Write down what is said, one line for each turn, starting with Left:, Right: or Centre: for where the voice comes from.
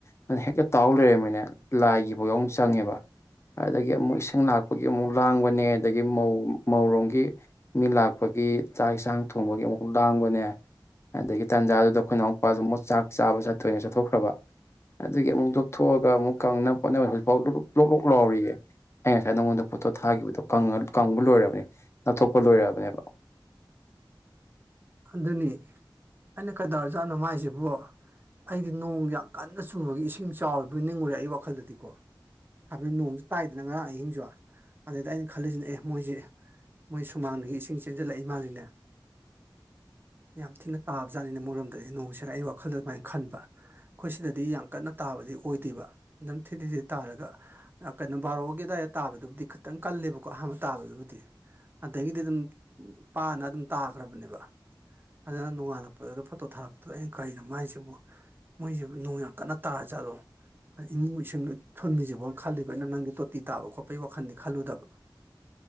Left: ꯑꯗꯨꯅ ꯍꯦꯛꯇ ꯇꯥꯎ ꯂꯩꯔꯅꯤꯅ ꯂꯥꯏꯒꯤꯐꯥꯎ ꯑꯃ ꯆꯪꯉꯦꯕ ꯑꯗꯒꯤ ꯑꯃꯨꯛ ꯏꯁꯤꯡ ꯂꯥꯛꯄꯒꯤ ꯑꯃꯨꯛ ꯂꯥꯡꯕꯅꯦ ꯑꯗꯒꯤ ꯃꯧꯔꯣꯡꯒꯤ ꯃꯤ ꯂꯥꯛꯄꯒꯤ ꯆꯥꯛ ꯌꯦꯁꯥꯡ ꯊꯣꯡꯕꯒꯤ ꯑꯃꯨꯛ ꯂꯥꯡꯕꯅꯦ ꯑꯗꯒꯤ ꯇꯥꯟꯖꯥꯗꯨꯗ ꯑꯩꯈꯣꯏꯅ ꯑꯃꯨꯛꯄꯥꯗ ꯃꯣꯠ ꯆꯥꯛ ꯆꯥꯕ ꯆꯠꯇꯣꯏꯅ ꯆꯠꯊꯣꯛꯈ꯭ꯔꯕ ꯑꯗꯨꯒꯤ ꯑꯃꯨꯛ ꯂꯣꯛꯞꯊꯣꯛꯑꯒ ꯑꯃꯨꯛ ꯀꯪꯅꯕ ꯍꯣꯠꯅꯕ ꯍꯧꯖꯤꯛꯐꯥꯎ ꯂꯣꯛ ꯂꯣꯛ ꯂꯥꯎꯔꯤꯑ ꯑꯩ ꯉꯁꯥꯏ ꯅꯪꯉꯣꯟꯗ ꯐꯣꯇꯣ ꯊꯥꯈꯤꯕꯗꯣ ꯀꯪꯕ ꯂꯣꯏꯔꯕꯅꯤ ꯅꯥꯊꯣꯛꯄ ꯂꯣꯏꯔꯛꯑꯕꯅꯦꯕ
Right: ꯑꯗꯨꯅꯤ ꯑꯩꯅ ꯀꯩꯗꯧꯔꯖꯥꯠꯅꯣ ꯃꯥꯏꯁꯤꯕꯣ ꯑꯩꯗꯤ ꯅꯣꯡ ꯌꯥꯝ ꯀꯟꯅ ꯆꯨꯕꯒꯤ ꯏꯁꯤꯡ ꯆꯥꯎꯗꯨ ꯅꯤꯡꯉꯨꯔꯦ ꯑꯩ ꯋꯥꯈꯜꯗꯗꯤꯀꯣ ꯍꯥꯏꯕꯗꯤ ꯅꯣꯡꯁꯨ ꯇꯥꯏꯗꯅ ꯉꯔꯥꯡ ꯑꯍꯤꯡꯁꯨ ꯑꯗꯨꯗ ꯑꯩꯅ ꯈꯜꯂꯤꯁꯤꯅꯦ ꯑꯦ ꯃꯣꯏꯁꯤ ꯃꯣꯏ ꯁꯨꯃꯥꯡꯗꯒꯤ ꯏꯁꯤꯡ ꯆꯦꯟꯁꯤꯜꯂꯛꯏ ꯃꯥꯥꯜꯂꯤꯅ
Left: <unintelligible>
Right: ꯌꯥꯝ ꯊꯤꯅ ꯇꯥꯕꯖꯥꯠꯅꯤꯅ ꯃꯣꯏꯔꯣꯝꯗꯗꯤ ꯅꯣꯡꯁꯤꯔ ꯑꯩꯒꯤ ꯋꯥꯈꯜꯗ ꯑꯗꯨꯃꯥꯏꯅ ꯈꯟꯕ ꯑꯩꯈꯣꯏ ꯁꯤꯗꯗꯤ ꯌꯥꯝ ꯀꯟꯅ ꯇꯥꯕꯗꯤ ꯑꯣꯏꯗꯦꯕ ꯑꯗꯨꯝ ꯊꯤ ꯊꯤꯠ ꯇꯥꯔꯒ ꯀꯩꯅꯣ ꯕꯥꯔꯣꯒꯤ ꯑꯗꯨꯋꯥꯏꯗ ꯇꯥꯕꯗꯨꯕꯨꯗꯤ ꯈꯤꯇꯪ ꯀꯜꯂꯦꯕꯀꯣ ꯑꯍꯥꯟꯕ ꯇꯥꯕꯗꯨꯕꯨꯗꯤ ꯑꯗꯒꯤꯗꯤ ꯑꯗꯨꯝ ꯄꯥꯅ ꯑꯗꯨꯝ ꯇꯥꯈ꯭ꯔꯕꯅꯦꯕ
Left: <unintelligible>
Right: ꯑꯗꯨꯅ ꯅꯣꯡꯉꯥꯜꯂꯛꯄꯗꯨꯗ ꯐꯣꯇꯣ ꯊꯥꯔꯛꯄꯗꯨꯗ ꯑꯩꯅ ꯀꯩꯅꯣ ꯃꯥꯏꯁꯤꯕꯨ ꯃꯣꯏꯁꯤꯦ ꯅꯣꯡ ꯌꯥꯝ ꯀꯟꯅ ꯇꯥꯔꯖꯥꯠꯂꯣ ꯏꯃꯨꯡ ꯏꯁꯤꯡꯗꯣꯏ ꯊꯨꯃꯤꯁꯤꯕꯣ ꯈꯜꯂꯤꯕ ꯑꯩꯅ ꯅꯪꯒꯤ ꯇꯣꯇꯤ ꯇꯥꯕ ꯈꯣꯠꯄꯒꯤ ꯋꯥꯈꯜꯗꯤ ꯈꯜꯂꯨꯗꯕ